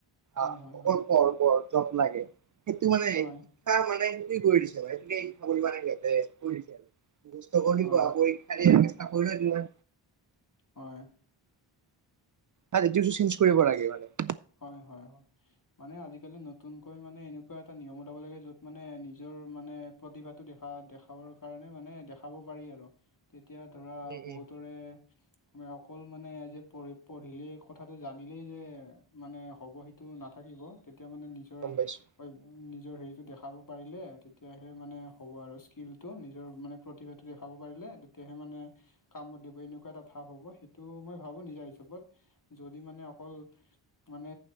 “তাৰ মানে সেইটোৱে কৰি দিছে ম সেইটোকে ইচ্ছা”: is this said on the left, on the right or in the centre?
Right